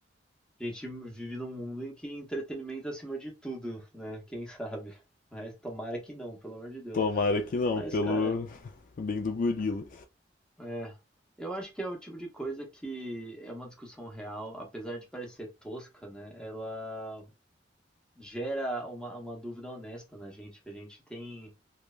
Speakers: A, in the centre; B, on the left (about 50°).
A: A gente vive num mundo em que entretenimento é acima de tudo, né? Quem sabe? Mas tomara que não, pelo amor de Deus.
B: Tomara que não,
A: Mas,
B: pelo
A: cara,
B: <laughs> bem do gorila.
A: é, eu acho que é o tipo de coisa que é uma discussão real, apesar de parecer tosca, né? Ela gera uma, uma dúvida honesta na gente. A gente tem